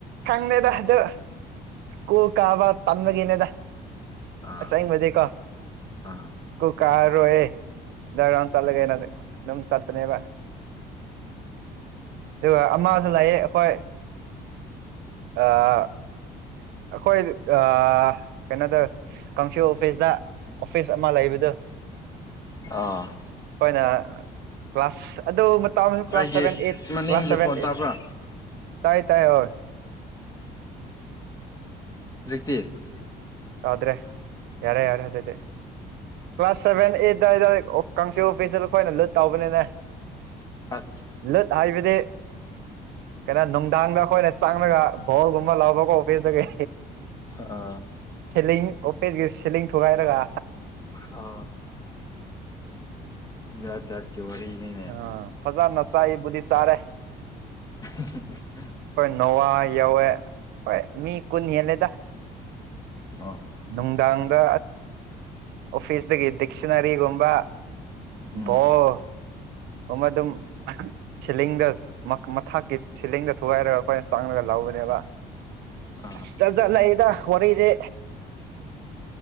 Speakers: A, on the right (about 80°); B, on the left (about 20°).
A: ꯈꯪꯗꯦꯗ ꯑꯗꯨ ꯁ꯭ꯀꯨꯜ ꯀꯥꯕ ꯇꯟꯥꯟꯕꯒꯤꯅꯦꯗ
B: ꯑꯥ
A: ꯑꯁꯥꯏ ꯃꯀ
B: ꯑꯥ
A: ꯀꯥ ꯔꯣꯍꯦ ꯗꯔ ꯆꯠꯂꯒꯦꯩꯅ ꯑꯗꯨꯝ ꯆꯠꯇꯅꯦꯕ ꯑꯗꯨꯒ ꯑꯃꯁꯨ ꯂꯥꯛꯑ ꯑꯩꯈꯣꯏ ꯑ ꯑꯩꯈꯣꯏ ꯀꯩꯅꯣꯗ ꯀꯥꯡꯁ ꯑꯣꯐꯤꯁꯇ ꯑꯣꯐꯤꯁ ꯑꯃ ꯂꯩꯕꯗ
B: ꯑ
A: ꯑꯩꯈꯣꯏꯅ ꯀ꯭ꯂꯥꯁ ꯑꯗꯨ ꯇ ꯀ꯭ꯂꯥꯁ
B: ꯑꯩꯒꯤ
A: ꯁꯚꯦꯟ ꯑꯩꯠ
B: ꯃꯅꯤꯡꯒꯤ
A: ꯀ꯭ꯂꯥꯁ ꯁꯚꯦꯟ
B: ꯈꯣꯟ
A: ꯑꯩꯠ
B: ꯇꯥꯕ꯭ꯔꯥ
A: ꯇꯥꯏ ꯇꯥꯏ ꯍ
B: ꯍꯧꯖꯤꯛꯇꯛꯇ
A: ꯌꯥꯗ꯭ꯔꯦ ꯌꯥꯔꯦ ꯌꯥꯔꯦ ꯑꯗꯨꯗꯤ ꯀ꯭ꯂꯥꯁ ꯁꯚꯦꯟ ꯑꯩꯠ ꯔꯦ ꯀꯥꯡꯆ ꯑꯣꯐꯤꯁꯇ ꯑꯩꯈꯣꯏꯅ ꯂꯨꯠ ꯇꯧꯕꯅꯤꯅꯦ
B: ꯑꯁ
A: ꯂꯨꯠ ꯍꯥꯏꯕ ꯇꯦ ꯀꯩꯅꯣ ꯅꯨꯡꯗꯥꯡꯗ ꯑꯩꯈꯣꯏꯅ ꯆꯪꯂꯉꯒ ꯚꯣꯜꯒꯨꯝꯕ ꯂꯕꯀꯣ ꯑꯣꯐꯤꯁꯇꯒꯤ
B: ꯑꯥ
A: ꯁꯤꯦꯂꯤꯡ ꯑꯣꯐꯤꯁꯒꯤ ꯁꯤꯦꯂꯤꯡ ꯊꯨꯒꯥꯏꯔꯒ
B: ꯍ ꯌꯥꯖꯠ ꯌꯥꯖꯠ ꯀ ꯋꯥꯔꯤꯅꯦꯅꯦ
A: ꯑꯥ ꯐꯖꯅ ꯆꯥꯏꯕꯨꯗꯤ ꯆꯥꯔꯦ
B: <unintelligible>
A: ꯑꯩꯈꯣꯏ ꯅꯣꯋꯥ ꯌꯧꯋ ꯍ ꯃꯤ ꯀꯟ ꯌꯦꯂꯦꯗ
B: ꯑꯣ
A: ꯅꯨꯡꯗꯥꯡ ꯁ ꯑꯣꯐꯤꯁꯇꯒꯤ ꯗꯤꯛꯁꯅꯔꯤꯒꯨꯝꯕ
B: ꯎꯝ
A: ꯣ ꯑꯗꯨꯝ ꯁꯤꯂꯤꯡꯗ ꯃꯊꯀꯤ ꯁꯤꯂꯤꯡꯗ ꯊꯨꯒꯥꯏꯔꯒ ꯑꯩꯈꯣꯏꯅ ꯆꯥꯡꯉꯒ ꯂꯥꯎ ꯅꯦꯕ
B: ꯑꯥ
A: ꯆꯠ ꯆꯂꯗ ꯈꯔꯗ